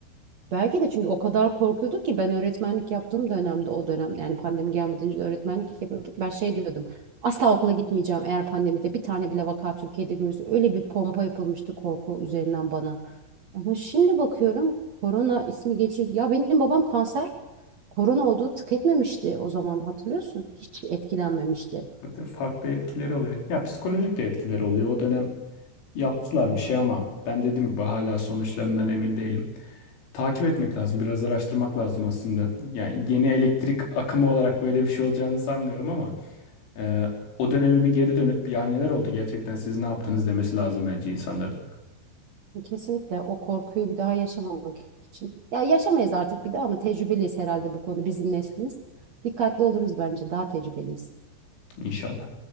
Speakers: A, on the right; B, on the left.
A: Belki de çünkü o kadar korkuyorduk ki ben öğretmenlik yaptığım dönemde o dönem yani pandemi gelmeden önce de öğretmenlik yapıyorduk. Ben şey diyordum asla okula gitmeyeceğim eğer pandemide bir tane bile vaka Türkiye'de görürüz. Öyle bir pompa yapılmıştı korku üzerinden bana. Ama şimdi bakıyorum korona ismi geçildi. Ya benim babam kanser korona olduğu tık etmemişti o zaman hatırlıyorsun. Hiç etkilenmemişti.
B: Tabii farklı etkileri oluyor. Ya psikolojik de etkileri oluyor. O dönem yaptılar bir şey ama ben dediğim gibi hala sonuçlarından emin değilim. Takip etmek lazım, biraz araştırmak lazım aslında. Yani yeni elektrik akımı olarak böyle bir şey olacağını sanmıyorum ama e, o döneme bir geri dönüp ya neler oldu gerçekten siz ne yaptınız demesi lazım bence insanların.
A: Kesinlikle o korkuyu bir daha yaşamamak için. Ya yaşamayız artık bir daha ama tecrübeliyiz herhalde bu konu bizim neslimiz. Dikkatli oluruz bence daha tecrübeliyiz.
B: İnşallah.